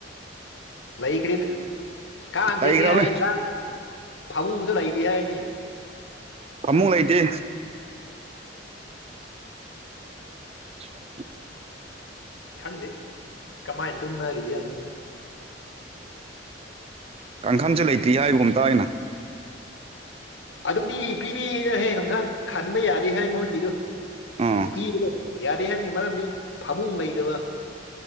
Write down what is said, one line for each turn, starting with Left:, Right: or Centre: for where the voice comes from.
Left: ꯂꯩꯈ꯭ꯔꯤꯗ ꯀꯥꯡ
Right: ꯂꯩꯈ꯭ꯔꯕꯅꯦ
Left: ꯆꯥꯛꯏ ꯍꯥꯏ ꯀꯥꯡ ꯐꯃꯨꯡꯗ ꯂꯩꯇꯦ ꯍꯥꯏꯅꯤ
Right: ꯐꯥꯃꯨꯡ ꯂꯩꯇꯦ <unintelligible> <inaudible>
Left: ꯈꯪꯗꯦ ꯀꯃꯥꯏꯅ ꯇꯨꯝꯅꯔꯤꯖꯥꯠꯅꯨꯃꯨꯛ
Right: ꯀꯥꯡꯈꯟꯁꯨ ꯂꯩꯇꯤ ꯍꯥꯏꯕꯒꯨꯝ ꯇꯥꯏꯅ
Left: ꯑꯗꯨꯗꯤ ꯄꯤꯕꯤꯗ ꯍꯦ ꯀꯥꯡꯈꯟ ꯈꯟꯕ ꯌꯥꯗꯦ ꯍꯥꯏ ꯃꯣꯏꯒꯤꯗꯨ
Right: ꯑꯥ
Left: ꯅꯨꯄꯤꯗꯨꯅ ꯌꯥꯗꯦ ꯍꯥꯏꯕꯒꯤ ꯃꯔꯝꯗꯤ ꯐꯃꯨꯡ ꯂꯩꯇꯕ